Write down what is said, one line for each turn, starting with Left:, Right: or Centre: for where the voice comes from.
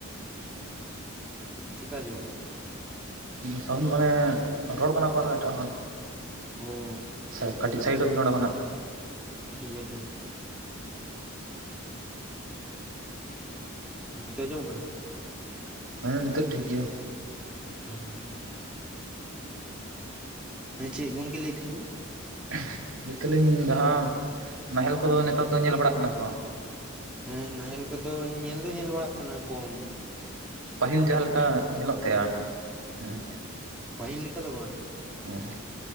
Centre: ᱪᱤᱠᱟ ᱟᱸᱡᱚᱢᱚᱜ ᱠᱟᱱᱟ?
Right: ᱥᱟᱣᱩᱱ ᱢᱟᱱᱮ ᱨᱚᱲ ᱠᱟᱱᱟ ᱠᱚ ᱟᱨᱦᱚᱸ ᱮᱴᱟᱜ ᱦᱚᱲ᱾
Centre: ᱚ
Right: ᱥᱟᱹ ᱠᱟᱹᱴᱤᱡ ᱥᱟᱭᱤᱰᱚᱜ ᱵᱤᱱ ᱚᱸᱰᱮ ᱠᱷᱚᱱᱟᱜ᱾
Centre: ᱴᱷᱤᱠ ᱜᱮᱭᱟ ᱴᱷᱤᱠᱼᱼ ᱱᱤᱛᱚᱜ ᱟᱸᱡᱚᱢᱚᱜ ᱠᱟᱱᱟ?
Right: ᱦᱮᱸ ᱱᱤᱛᱚᱜ ᱴᱷᱤᱠ ᱜᱮᱭᱟ᱾
Centre: ᱩᱸ ᱦᱩᱸ ᱦᱩᱸ ᱾ ᱦᱮᱸ ᱪᱮᱜ ᱜᱚᱝᱠᱮ ᱞᱟᱹᱭᱮᱜ ᱛᱟᱦᱮᱸᱜ ᱵᱤᱱ?
Right: <unintelligible> ᱫᱟᱞᱤᱧ ᱡᱟᱦᱟᱸ ᱱᱟᱦᱮᱞ ᱠᱚᱫᱚ ᱱᱮᱛᱚᱜ ᱫᱚ ᱧᱮᱞ ᱵᱟᱲᱟᱜ ᱠᱟᱱᱟ ᱥᱮ ᱵᱟᱝᱼᱟ?
Centre: ᱦᱮᱸ ᱱᱟᱦᱮᱞ ᱠᱚᱫᱚ ᱧᱮᱞ ᱫᱚ ᱧᱮᱞ ᱵᱟᱲᱟᱜ ᱠᱟᱱᱟ ᱠᱚᱢᱼᱼ
Right: ᱯᱟᱹᱦᱤᱞ ᱡᱟᱦᱟᱸ ᱞᱮᱠᱟ ᱧᱮᱞᱚᱜ ᱛᱟᱦᱮᱸᱜᱼᱟ ᱦᱮᱸ,
Centre: ᱯᱟᱹᱦᱤᱞ ᱞᱮᱠᱟ ᱫᱚ ᱵᱟᱝ᱾
Right: ᱮᱸ ᱦᱮᱸ ᱾